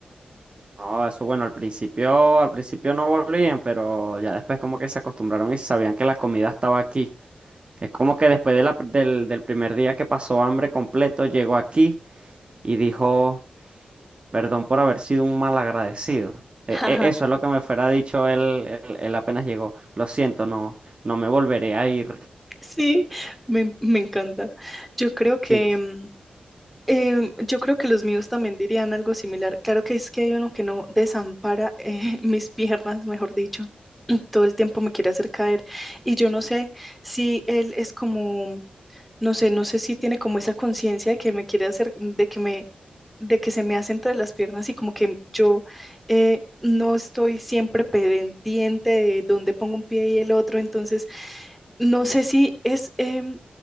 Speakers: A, on the right; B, in the centre.
A: No, eso bueno, al principio, al principio no volvían, pero ya después como que se acostumbraron y sabían que la comida estaba aquí. Es como que después de la- del, del primer día que pasó hambre completo, llegó aquí y dijo, perdón por haber sido un mal agradecido. eso
B: <laughs>
A: es lo que me fuera dicho él, él, él apenas llegó. Lo siento, no, no me volveré a ir.
B: Sí, me, me encanta. Yo creo que,
A: Sí.
B: mm, Em, yo creo que los míos también dirían algo similar. Claro que es que hay uno que no desampara eh, <laughs> mis piernas, mejor dicho. <clears throat> Todo el tiempo me quiere hacer caer. Y yo no sé si él es como, no sé, no sé si tiene como esa conciencia de que me quiere hacer, de que me, de que se me hace entre las piernas y como que yo eh, no estoy siempre pendiente de dónde pongo un pie y el otro. Entonces, no sé si es... em,